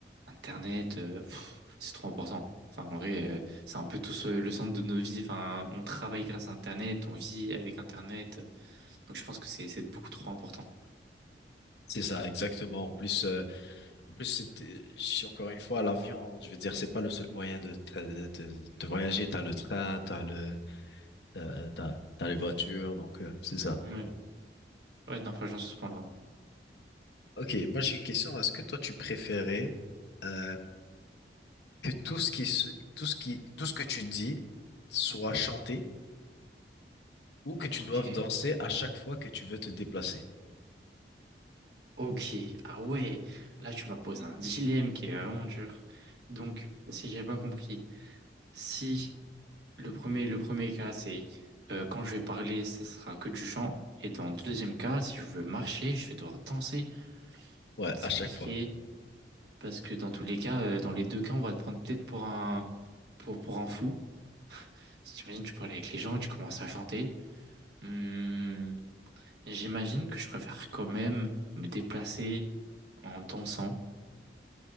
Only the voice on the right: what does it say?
Internet, euh, pff, c'est trop important. Enfin, en vrai, euh, c'est un peu tout ce- le centre de nos vies. Enfin, on travaille grâce à Internet, on vit avec Internet. Donc je pense que c'est c'est beaucoup trop important.
Ouais, ouais, non, franchement, sur ce point-là.
Ok.
Ok. Ah ouais, là tu m'as posé un dilemme qui est vraiment dur. Donc, si j'ai bien compris. Si le premier, le premier cas, c'est euh, quand je vais parler, ça sera que du chant. Et dans le deuxième cas, si je veux marcher, je vais devoir danser.
Donc, C'est
compliqué
parce que dans tous les cas, euh, dans les deux cas, on va te prendre peut-être pour un, pour, pour un fou. Si tu imagines, tu parles avec les gens, et tu commences à chanter. Hmm, j'imagine que je préfère quand même me déplacer en dansant.